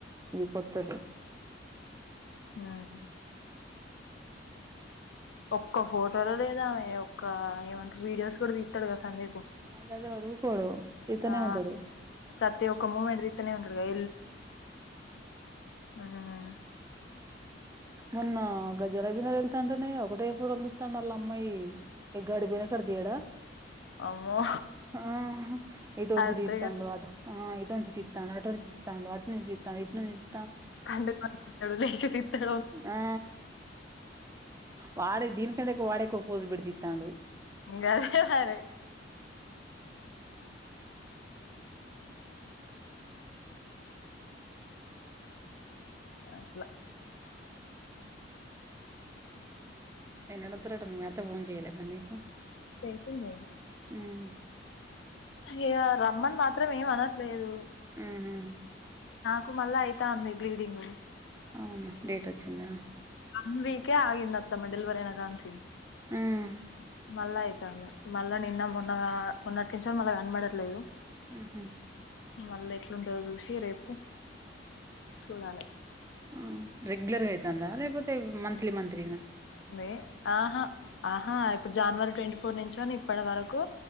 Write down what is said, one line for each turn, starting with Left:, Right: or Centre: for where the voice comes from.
Right: ఇది కొత్తది.
Left: హామ్. ఇంకో ఫోటోల లేదా ఆమె ఒక్క వీడియోస్ కూడా తీస్తారుగా సందీప్.
Right: అందదా వాడు ఊరుకోడు తిన్నె
Left: ఆ
Right: ఉంటాడు.
Left: ప్రతి ఒక్క మూమెంట్ తీస్తూనే ఉంటాడు కదా ఆ.
Right: మొన్న గజార బింద అంటుంది కదా ఒకటే ఫోటోలు తీస్తాండు కదా వాళ్ళ అమ్మాయి. ఏ గాడికి పోయిన కాడ తియ్యాడా
Left: అమ్మో
Right: ఆ ఎటునుంచి
Left: అంతేగా
Right: టీ తాండోఅట ఆ ఇటు వంచి తితండు అటు వంచి తితండు అటు నుంచి తితండు ఇటు నుంచి తితండు.
Left: పండుకొని తింటడు లేచి తింటడు.
Right: ఆ. వాడు దీనికంటే ఎక్కువ వాడే ఫోజులు పెట్టి తితాండు.
Left: ంగదివార అట్లా
Right: ఎన్నడొస్తారట మరి మీ అత్త ఫోన్ చేయలేదా నీకు.
Left: చేసింది.
Right: ఉమ్
Left: హే హ రమ్మన్ మాత్రం ఏం అనట్లేదు
Right: ఉహు
Left: కు మళ్ళా అయ్యితాంది బ్లీడింగ్
Right: అవునా డేట్ వచ్చిందా
Left: వన్ వీకే ఆగింది అత్తమ్మా డెలివరీ అయినా కాన్ నుంచి
Right: మ్మ్
Left: మళ్ళా అయితాంది మళ్ళా నిన్న మొన్న మొన్నటి నుంచో మళ్ళ కనబడట్లేదు
Right: ఉహు
Left: మల్ల ఎట్లుంటందో చూసి రేపు చూడాలి
Right: ఆ రెగ్యులర్ ఐతందా లేకపో తే మంత్లీ మంత్రినా
Left: ఉంది ఆహా ఆహా ఇప్పుడు జనవరి ట్వంటీ ఫోర్ నుంచ అని ఇప్పటి వరకు